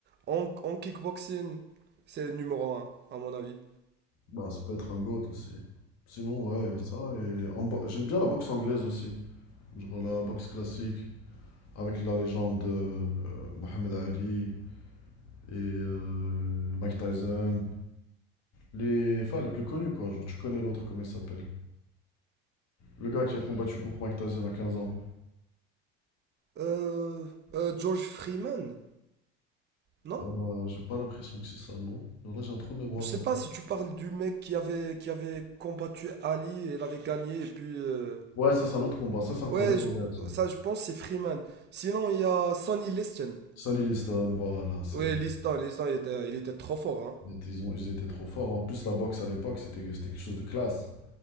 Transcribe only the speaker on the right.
En, en kickboxing, c'est le numéro un, à mon avis.
Euh, euh, George Freeman, non?
Je sais
pas si tu parles du mec qui avait, qui avait combattu Ali et l'avait gagné et puis euh,
Ouais,
je-
ça je pense c'est Freeman. Sinon il y a Sonny Liston.
Ouais,
Liston, Liston il était, il était trop fort, hein.